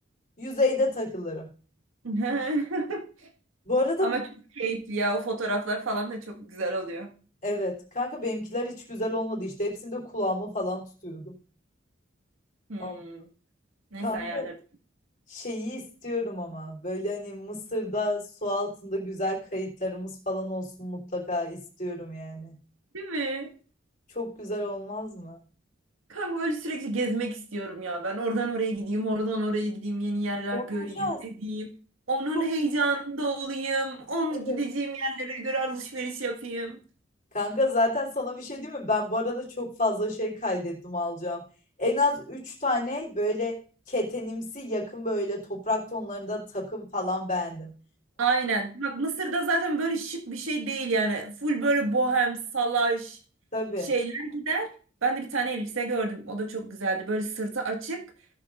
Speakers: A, on the left; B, on the right.
A: Yüzeyde takılırım.
B: <laughs>
A: Bu arada
B: Ama
A: m-
B: çok keyifli ya. O fotoğraflar falan da çok güzel oluyor.
A: evet kanka benimkiler hiç güzel olmadı işte hepsinde kulağımı falan tutuyordum.
B: Hmm.
A: Ama
B: Neyse
A: Kanka
B: ayarlarım.
A: şeyi istiyorum ama böyle hani Mısır'da su altında güzel kayıtlarımız falan olsun mutlaka istiyorum yani.
B: Değil mi?
A: Çok güzel olmaz mı?
B: Kanka böyle sürekli gezmek istiyorum ya. Ben oradan oraya gideyim, oradan oraya gideyim, yeni yerler
A: Olacağız.
B: göreyim, edeyim. Onun
A: Çok-
B: heyecanında olayım. Onun
A: Evet.
B: gideceğim yerlere göre alışveriş yapayım.
A: Kanka zaten sana bir şey diyeyim mi? Ben bu arada çok fazla şey kaydettim alacağım. En az 3 tane böyle ketenimsi yakın böyle toprak tonlarında takım falan beğendim.
B: Aynen. Bak Mısır'da zaten böyle şık bir şey değil yani. Full böyle bohem, salaş
A: Tabii.
B: şeyler gider. Ben de bir tane elbise gördüm. O da çok güzeldi. Böyle sırtı açık,